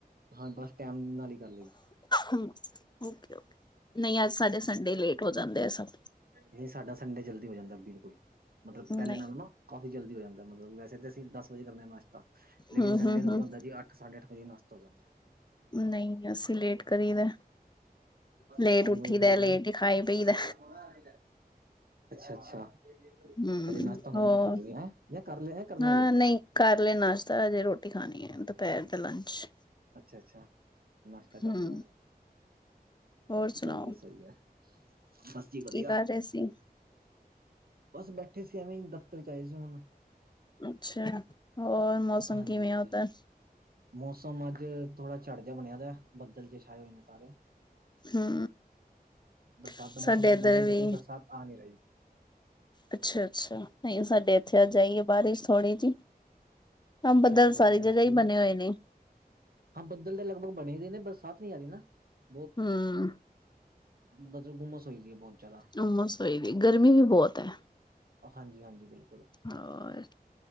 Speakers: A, on the right; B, on the left.
A: ਹਾਂ ਬਸ ਟਾਈਮ ਨਾਲ ਹੀ ਕਰ
B: ਹੂੰ ਔਕੇ-ਔਕੇ, ਨਹੀਂ ਅੱਜ ਸਾਡੇ ਸੰਡੇ ਲੇਟ ਹੋ ਜਾਂਦੇ ਆ ਸਭ
A: ਨਹੀਂ ਸਾਡਾ ਸੰਡੇ ਜਲਦੀ ਹੋ ਜਾਂਦਾ, ਬਿਲਕੁਲ ਮਤਲਬ
B: ਨਹੀਂ
A: ਪਹਿਲੇ ਨਾਲੋ ਨਾ ਕਾਫ਼ੀ ਜਲਦੀ ਹੋ ਜਾਂਦਾ, ਮਤਲਬ ਵੈਸੇ ਤਾਂ ਅਸੀਂ ਦਸ ਵਜੇ ਕਰਦੇ ਹਾਂ ਨਾਸ਼ਤਾ, ਲੇਕਿਨ
B: ਹਮ
A: ਸੰਡੇ
B: ਹਮ
A: ਨੂੰ
B: ਹਮ
A: ਕੀ ਹੁੰਦਾ ਹੈ ਜੀ, ਅੱਠ ਸਾਢੇ ਅੱਠ ਵਜੇ ਨਾਸ਼ਤਾ ਹੋ ਜਾਂਦਾ ਏ।
B: ਨਹੀ, ਅਸੀਂ ਲੇਟ ਕਰੀ ਦਾ। ਲੇਟ
A: ਛੇ
B: ਉੱਠੀ
A: ਵਜੇ ਉਠ ਜਾਈ
B: ਲੇਟ
A: ਦਾ ਏ।
B: ਹੀ ਖਾਈ ਪਈ ਦਾ
A: ਅੱਛਾ-ਅੱਛਾ।
B: ਹਮ
A: ਹਜੇ ਨਾਸ਼ਤਾ ਹੁਣ
B: ਹੋਰ
A: ਕੀਤਾ ਤੁਸੀ ਹੈਂ, ਜਾਂ ਕਰ ਲਿਆ ਹੈਂ, ਕਰਨਾ
B: ਹਾਂ
A: ਜੇ।
B: ਨਹੀਂ ਕਰ ਲਿਆ ਨਾਸ਼ਤਾ, ਹਜੇ ਰੋਟੀ ਖਾਣੀ ਹੈ ਦੁਪਹਿਰ ਦਾ ਲੰਚ।
A: ਅੱਛਾ-ਅੱਛਾ ਨਾਸ਼ਤਾ ਕਰ
B: ਹਮ
A: ਲਿਆ
B: ਹੋਰ ਸੁਣਾਓ
A: ਸਹੀ ਹੈ, ਸਹੀ ਹੈ। ਬਸ ਜੀ ਵਧੀਆ।
B: ਕੀ ਕਰ ਰਹੇ ਸੀ
A: ਬਸ ਬੈਠੇ ਸੀ ਐਵੇਂ ਹੀ, ਦਫ਼ਤਰ ਚ ਆਏ ਸੀ ਹੁਣ।
B: ਅੱਛਾ, ਹੋਰ ਮੌਸਮ
A: ਹਾਂਜੀ-ਹਾਂਜੀ
B: ਕਿਵੇਂ ਓਧਰ?
A: ਮੌਸਮ ਅੱਜ, ਥੋੜਾ ਝੜ੍ਹ ਜਿਹਾ ਬਣਿਆ ਦਾ ਬੱਦਲ ਜੇ ਛਾਏ ਹੋਏ, ਨੇ ਸਾਰੇ
B: ਹੂੰ।
A: ਬਰਸਾਤ
B: ਸਾਡੇ
A: ਦਾ ਮੌਸਮ ਤਾਂ
B: ਇੱਧਰ
A: ਬਣਿਆ ਲੇਕਿਨ,
B: ਵੀ
A: ਬਰਸਾਤ ਆ ਨਹੀ ਰਹੀ।
B: ਅੱਛਾ-ਅੱਛਾ, ਨਹੀਂ ਸਾਡੇ ਇੱਥੇ ਅੱਜ਼
A: ਹਾਂਜੀ
B: ਆਈ ਏ ਬਾਰਿਸ਼ ਥੋੜ੍ਹੀ ਜਿਹੀ ਹਾਂ,
A: ਅੱਛਾ
B: ਬੱਦਲ
A: ਜੀ ਤੁਹਾਡੇ
B: ਸਾਰੀ
A: ਬਾਰਿਸ਼
B: ਜਗ੍ਹਾ
A: ਪਈ
B: ਹੀ ਬਣੇ
A: ਹੈ
B: ਹੋਏ ਨੇ।
A: ਹਾਂ ਬੱਦਲ ਤਾਂ ਲਗਭਗ ਬਣੇ ਦੇ ਨੇ, ਬਰਸਾਤ ਨਹੀਂ ਆ ਰਹੀ ਨਾ ਬਹੁਤ
B: ਹੂੰ
A: ਮਤਲਬ ਹੁੰਮਸ ਹੋਈ ਦੀ ਹੈ, ਬਹੁਤ ਜ਼ਿਆਦਾ
B: ਹੁੰਮਸ ਹੋਈ ਪਈ, ਗਰਮੀ ਵੀ ਬਹੁਤ ਏ।
A: ਹਾਂਜੀ ਹਾਂਜੀ, ਬਿਲਕੁਲ।
B: ਹੋਰ,